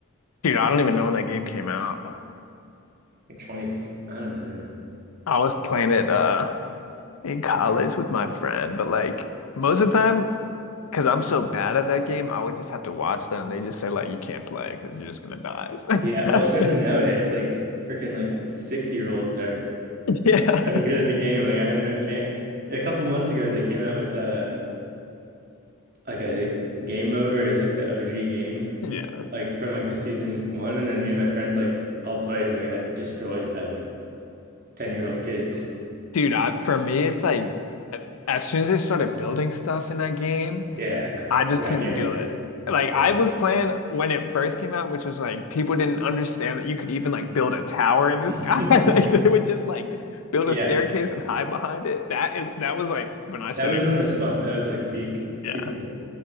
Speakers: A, on the left (about 90°); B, on the right (about 45°).
A: dude. I don't even know when that game came out.
B: like 20, I don't even know.
A: I was playing it uh in college with my friend, but like most of the time, because I'm so bad at that game, I would just have to watch them. They just say like you can't play because you're just gonna die. It's like-
B: Yeah, well, especially nowadays, like freaking like six year olds are
A: <laughs> Yeah.
B: so good at the game. Like I have no chance. A couple months ago, they came out with a like a game mode where it's like the OG game,
A: Yeah.
B: like from like the season one, and then me and my friends like all played and we got destroyed by like 10 year old kids.
A: Dude, I, for me, it's like as soon as they started building stuff in that game,
B: Yeah,
A: I just
B: I
A: couldn't
B: I can't
A: do
B: do that.
A: it. Like
B: Yeah.
A: I was playing when it first came out, which was like people didn't understand that you could even like build a tower in this
B: <laughs>
A: guy. <laughs> Like they would just like build
B: Yeah.
A: a staircase and hide behind it. That is that was like when I started,
B: That was when it was fun. That was like peak
A: yeah.
B: peak point.